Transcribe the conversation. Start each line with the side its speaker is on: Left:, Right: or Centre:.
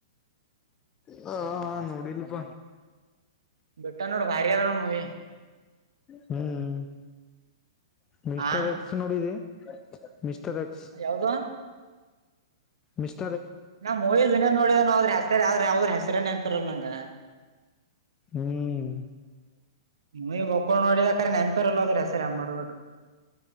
Left: ಹ ನೋಡಿಲ್ಲಪ
Right: ಬಿಟ್ಟನ್ನೋಡ ಭರಿ ಅದೋನೋಡ ಮುವಿ
Left: ಹ್ಮ್ ಮಿಸ್ಟರ್
Right: ಆ
Left: ಎಕ್ಸ್ ನೋಡಿದಿ ಮಿಸ್ಟರ್ ಎಕ್ಸ್
Right: ಯಾವ್ದು
Left: ಮಷ್ಟ್
Right: ನಾ ಮೂವಿಿನೇ ನೋಡಿದ್ರ ಹೆಸ ಯಾವ್ರ ಯಾವದ್ರ ಹೆಸರೇ ನೆನ್ಪಿರಲ್ ನಂಗ
Left: ಹ್ಮ್
Right: ನೀ ಭೋಕೊಲ್ ನ್ನೊಡಿದ್ಯಕ್ ಕರೆ ನೆನ್ಪೇರಲ್ಲ ಹೋದ್ರೆ ಸರಿ ಅ ಮಾಡುವಾಗ